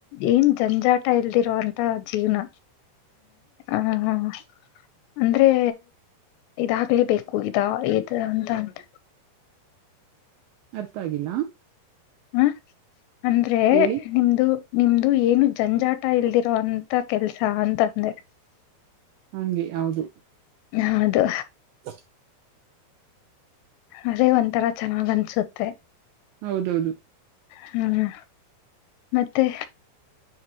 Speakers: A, on the left (about 80°); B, on the right (about 75°).
A: ಏನ್ ಜಂಜಾಟ ಇಲ್ದಿರೋ ಅಂತ ಜೀವ್ನ ಆಹ ಅಂದ್ರೆ ಇದಾಗ್ಲಿಬೇಕು ಇದ ಇ ಅಂತ ಅಂದ
B: ಅರ್ಥ ಆಗಿಲ್ಲ
A: ಹ ಅಂದ್ರೆ
B: ಹೇಳಿ
A: ನಿಮ್ದು ನಿಮ್ದು ಏನು ಜಂಜಾಟ ಇಲ್ದಿರೋ ಅಂತ ಕೆಲ್ಸ ಅಂತಂದೆ
B: ಹಂಗೆ ಹೌದು
A: ಹೌದು
B: <inaudible>
A: ಅದೇ ಒಂಥರ ಚೆನ್ನಾಗ್ ಅನ್ಸುತ್ತೆ
B: ಹೌದೌದು
A: ಹ್ಮ ಮತ್ತೆ